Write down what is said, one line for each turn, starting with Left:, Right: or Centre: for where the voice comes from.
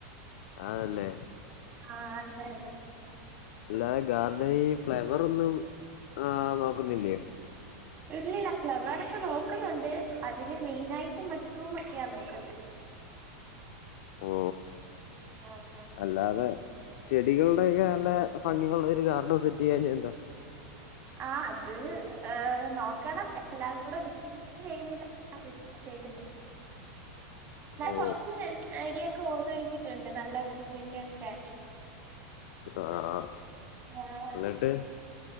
Left: ആന്നല്ലേ
Right: ആഹ് അതെന്നെ
Left: അല്ലാതെ ഗാർഡനി ഈ ഫ്ലവെറൊന്നും ആഹ് നോക്കുന്നില്ല്യോ?
Right: ഇല്ലില്ലാ ഫ്ലവെറെക്കെ നോക്ക്ന്നുണ്ട് അതില് മെയ്നായ്ട്ട് മഷ്റൂം ഒക്കെയാ നോക്ക്ന്നത്
Left: ഓ
Right: ആഹ്
Left: അല്ലാതെ ചെടികൾടെ എക്കെ തന്നെ ഫംങ്കികളുള്ള ഒര് ഗാർഡൻ സെറ്റെയ്യാഞ്ഞെ എന്താ?
Right: ആഹ് അത് ഏഹ് നോക്കണം എല്ലാം കൂടെ ഒരുമിച്ച് ചെയ്യ്ന്നില്ലാ <unintelligible> ക്ക്ന്നേ ഞാൻ
Left: ഓ
Right: കൊർച്ച് ചെടിയൊക്കെ ഓഡ്റെയ്തിട്ട്ണ്ട് നല്ല പൂവിന്റെയൊക്കെ
Left: ആഹ്
Right: ആഹ്
Left: ന്നിട്ട്